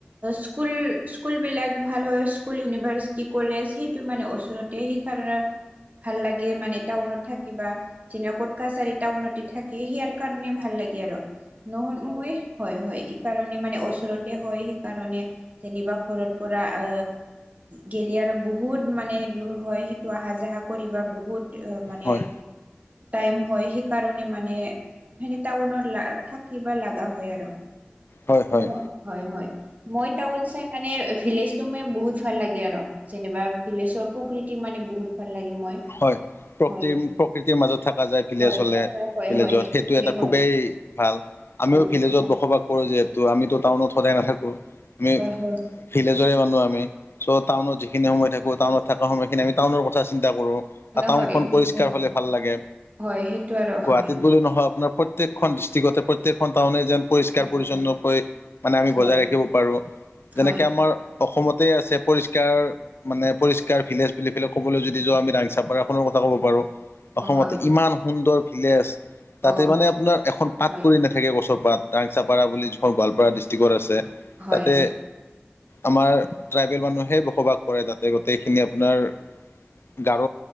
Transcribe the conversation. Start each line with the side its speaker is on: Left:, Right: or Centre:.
Right: স্কুল স্কুলবিলাক ভাল হয় স্কুল, ইউনিভাৰ্চিটি, কলেজ সেইটো মানে ওচৰত তে সেইকাৰণে ভাল লাগে মানে টাউনত থাকিবা। যেনে কট কছাৰি টাউনতে থাকে সেইয়াৰ কাৰণে ভাল লাগে আৰু নহলে হয় হয় হয় ইকাৰণে মানে ওচৰতে হয় সেইকাৰণে যেনিবা ঘৰত পৰা আ গেলি আৰু বহুত মানে দূৰ হয় সেইটো আহা যাহা কৰিব বহুত অঁ মানে
Left: হয়
Right: টাইম হয় সেইকাৰণে মানে টাউনত লা থাকিব লা লগা হয় আৰু
Left: হয় হয়
Right: ম হয় হয়, মই টাউন চাই মানে ভিলেজ টো মে বহুত ভাল লাগে আৰু। যেনিবা ভিলেজৰ প্ৰকৃতি মানে বহুত ভাল লাগে মই।
Left: হয়, প্ৰকৃ
Right: হয়
Left: প্ৰকৃতিৰ মাজত থকা যায় ভিলেজ
Right: হয়
Left: হ'লে-
Right: থকা হয়
Left: ভিলেজত,
Right: হয়
Left: সেইটো
Right: মানে
Left: এটা
Right: হয়
Left: খুবেই ভাল, আমিও
Right: হয়
Left: ভিলেজত
Right: হয়
Left: বসবাস কৰোঁ যিহেতু আমিতো টাউনত সদায় নাথাকো, আমি
Right: হয়
Left: ভিলেজৰে মানুহ আমি চ' টাউনত যিখিনি সময় থাকো টাউনত থকা সময়খিনি আমি টাউনৰ কথা চিন্তা কৰোঁ। টাউনখন
Right: হয় হয় সেইটোৱে
Left: পৰিষ্কাৰ
Right: হয়
Left: হ'লে ভাল লাগে,
Right: হয় সেইটো আৰু
Left: গুৱাহাটীত
Right: হয়
Left: বুলি নহয় আপোনাৰ প্ৰ প্ৰত্যেকখন ডিষ্ট্ৰিকটতে প্ৰত্যেকখন টাউনে যেন পৰিষ্কাৰ
Right: হয়
Left: -পৰিচ্ছন্নকৈ
Right: হয়
Left: মানে আমি
Right: হয়
Left: বজাই ৰাখিব পাৰোঁ
Right: হয়
Left: যেনেকে আমাৰ অসমতে আছে পৰিষ্কাৰ মানে পৰিষ্কাৰ ভিলেজ বুলি পেলে ক'বলৈ যদি যোৱা আমি দাঙ তাৰপা এখনৰো কথা ক'ব পাৰো
Right: অ
Left: অসমতে
Right: হয়
Left: ইমান সুন্দৰ ভিলেজ তাতে
Right: অ
Left: মানে আপোনাৰ এখন পাত
Right: হয়
Left: পৰি নাথ থাকে গছৰপাত, টাংচাপাৰা বুলি যিখন গোৱালপাৰা ডিষ্ট্ৰিক আছে
Right: হয়
Left: তাতে
Right: হয়
Left: আমাৰ ট্ৰাইবেল মানুহেই বসবাস কৰে তাতে গোটেইখিনি আপোনাৰ গাৰ